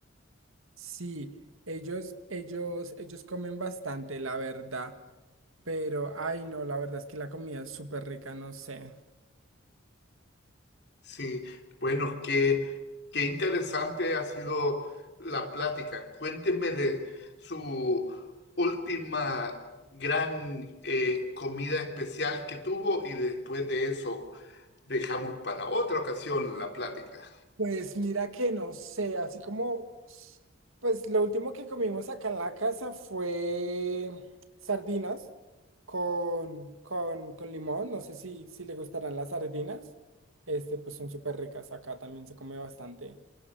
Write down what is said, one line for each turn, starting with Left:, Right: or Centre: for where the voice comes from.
Right: Sí, ellos, ellos, ellos comen bastante, la verdad. Pero, ay, no, la verdad es que la comida es súper rica, no sé.
Left: Sí, bueno, qué, qué interesante ha sido la plática. Cuénteme de su última gran eh, comida especial que tuvo y después de eso dejamos para otra ocasión la plática.
Right: Pues mira que no sé, así como, pues lo último que comimos acá en la casa fue sardinas con, con, con limón, no sé si, si le gustarán las sardinas, este, pues son súper ricas, acá también se come bastante